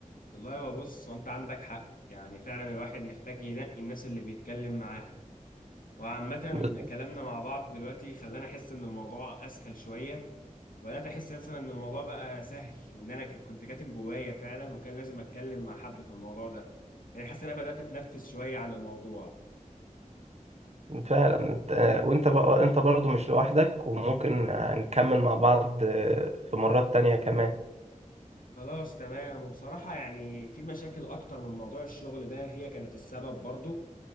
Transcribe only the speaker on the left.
والله هو بص هو انت عندك حق يعني فعلا الواحد محتاج ينقي الناس اللي بيتكلم معاها وعامة
كلامنا مع بعض دلوقتي خلاني أحس إن الموضوع أسهل شوية ولا تحس مثلا إن الموضوع بقى سهل وإن أنا ك- كنت كاتم جوايا فعلا وكان لازم أتكلم مع حد في الموضوع ده يعني حاسس إن أنا بدأت أتنفس شوية عن الموضوع
خلاص تمام وبصراحة يعني في مشاكل أكتر من موضوع الشغل ده هي كانت السبب برضو